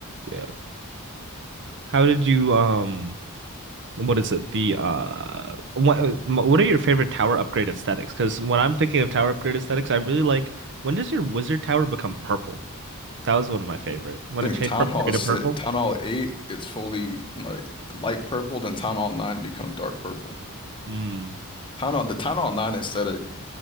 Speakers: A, on the right; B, on the left.
A: Yeah. How did you um what is it? The uh what uh, m- what are your favorite tower upgrade aesthetics? Because when I'm thinking of tower upgrade aesthetics, I really like when does your wizard tower become purple? That was one of my favorite. When
B: I think
A: it changed
B: Town
A: from
B: Hall
A: gray to
B: 6,
A: purple.
B: Town Hall 8 is fully like light purple, then Town Hall 9 becomes dark purple.
A: Mm.
B: Town Hall, the Town Hall 9 aesthetic